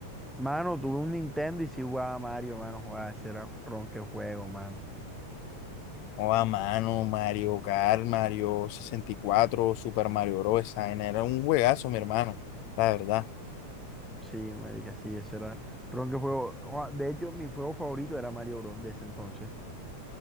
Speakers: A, in the centre; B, on the left (about 80°).
A: Mano, tuve un Nintendo y sí jugaba Mario, mano, jugaba, ese era ronque juego, mano.
B: O a mano, Mario Kart, Mario sesenta y cuatro Super Mario Bros. Esa vaina era un juegazo, mi hermano, la verdad.
A: Sí, marica, sí, ese era ron que juego. ah, De hecho, mi juego favorito era Mario Bros. de ese entonces.